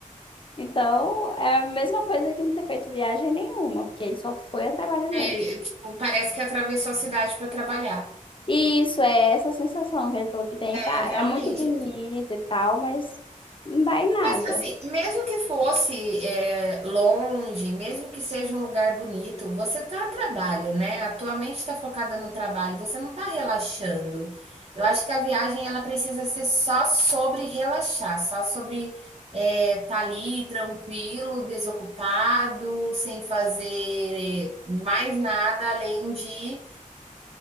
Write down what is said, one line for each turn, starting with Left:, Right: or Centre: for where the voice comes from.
Left: Então, é a mesma coisa que não ter feito viagem nenhuma, porque ele só foi a trabalho mesmo.
Right: É, tipo, parece que atravessou a cidade para trabalhar.
Left: E isso é essa sensação que ele falou que tem. Fala,
Right: Realmente.
Left: "Ah, É muito bonito e tal, mas não dá em nada.
Right: Mas assim, mesmo que fosse, eh, longe, mesmo que seja um lugar bonito, você tá a trabalho, né, a tua mente tá focada no trabalho, você não tá relaxando. Eu acho que a viagem ela precisa ser só sobre relaxar, só sobre, eh, tá ali tranquilo, desocupado, sem fazer mais nada além de